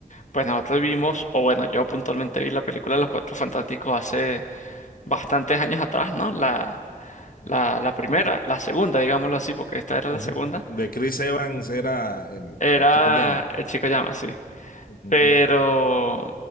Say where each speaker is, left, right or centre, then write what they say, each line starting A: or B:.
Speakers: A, on the left (about 55°); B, on the left (about 75°).
A: pues nosotros vimos, o bueno, yo puntualmente vi la película de Los Cuatro Fantásticos hace bastantes años atrás, ¿no? La,
B: Ujú,
A: la, la primera, la segunda, digámoslo así, porque esta era
B: ujú.
A: la segunda.
B: De Chris Evans era el,
A: Era
B: el chico en llamas.
A: El Chico Llama, sí.
B: Ujú,
A: Pero